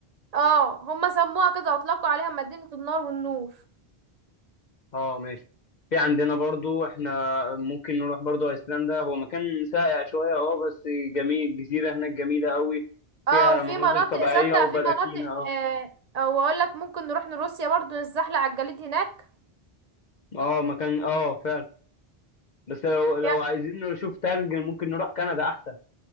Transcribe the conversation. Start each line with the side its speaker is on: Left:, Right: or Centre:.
Right: اه هما سموها كده أطلقوا عليها مدينة النار والنور
Left: اه ماشي في عندنا برضو احنا ممكن نروح برضو ايسلندا هو مكان ساقع شوية اه بس جميل جزيرة هناك جميلة قوي فيها
Right: اه وفي
Left: مناظر
Right: مناطق
Left: طبيعية
Right: صدق
Left: وبراكين
Right: في مناطق
Left: اه
Right: آه، او اقول لك ممكن نروح لروسيا برضو نتزحلق على الجليد هناك
Left: اه مكان اه فعلا بس لو لو
Right: جامد
Left: عايزين نشوف تلج ممكن نروح كندا احسن